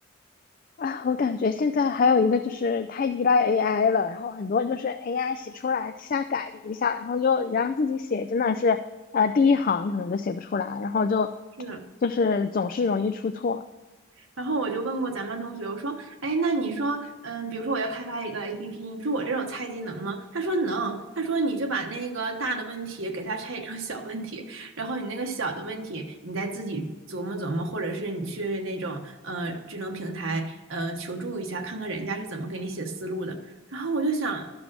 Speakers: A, on the left; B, on the right.
A: 啊。我感觉现在还有一个就是太依赖 AI 了，然后很多就是 AI 写出来瞎改一下，然后就让自己写真的是呃第一行可能都写不出来，然后就
B: 是，
A: 就是总是容易出错。
B: 然后我就问过咱班同学，我说，哎，那你说，嗯，比如说我要开发一个 APP，你说我这种菜鸡能吗？他说能，他说你就把那个大的问题给它拆解成小问题，然后你那个小的问题，你再自己琢磨琢磨，或者是你去那种呃智能平台呃求助一下，看看人家是怎么给你写思路的。然后我就想，